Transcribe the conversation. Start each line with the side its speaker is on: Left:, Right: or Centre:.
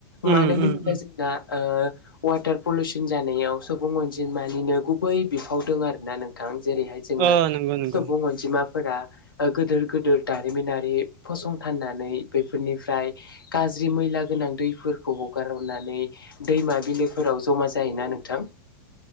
Right: उम
Left: मानो
Right: उम
Left: होनोब्ला
Right: उम
Left: जोंना ओ वाटार पलुसन जानायाव सुबुं अनजिमानिनो गुबै बिफाव दं आरो ना नों जेरैहाय जोङो
Right: ओ नंगौ नंगौ
Left: सुबुं अनजिमाफोरा गोदोर गोदोर दारिमिनारि फसंथाननानै बेफोरनिफ्राय गाज्रि मैला गोनां दैफोरखौ हगारनानै दैमा बिलोफोराव जमा जायोना नोंथां